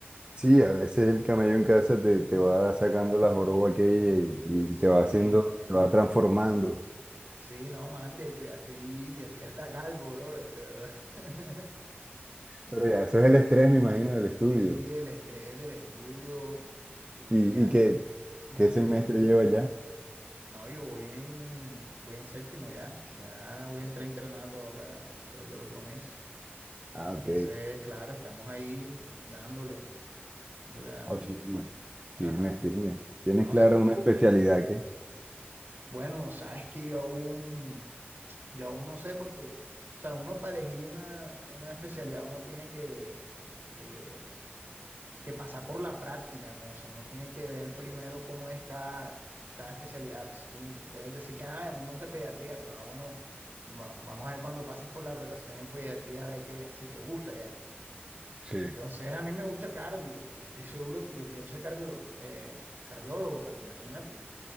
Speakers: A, on the right (about 25°); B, on the right (about 60°).
A: Sí,
B: Sí.
A: a veces el camello en casa te, te va sacando la joroba aquella y, y
B: Sí,
A: te va haciendo, te va transformando.
B: Sí, no, man, de hecho ya estoy, ya estoy hasta calvo, brother, de verdad. <laughs>
A: Pero ya, eso es el estrés, me imagino, del estudio.
B: Sí, el estrés del estudio, sí,
A: ¿Y,
B: ya.
A: y qué,
B: ujú.
A: qué semestre lleva ya?
B: No, yo voy en, voy en séptimo ya, ya voy a entrar a internato ahora, creo que el otro mes.
A: Ah,
B: Entonces,
A: ok.
B: claro, estamos ahí dándole, dándole, dándole.
A: Ah, firme.
B: Sí,
A: Firme,
B: Ajá,
A: firme. ¿Tienes
B: no,
A: clara
B: sí.
A: una especialidad que?
B: Bueno, sabes que yo aún, yo aún no sé porque, o sea, uno para elegir una, una especialidad uno tiene que, que que pasar por la práctica, ¿no? O sea, no tiene que ver primero cómo es cada, cada especialidad. Entonces tú, tú puedes decir que, ay, a mí me gusta pediatría, pero ah, bueno, va- vamos a ver cuando pases por la rotación en pediatría, a ver que, si te gusta ya.
A: Sí,
B: Entonces a mí me gusta cardio. Yo estoy seguro que yo quiero ser cardiólogo, eh, cardiólogo, pero imagínate.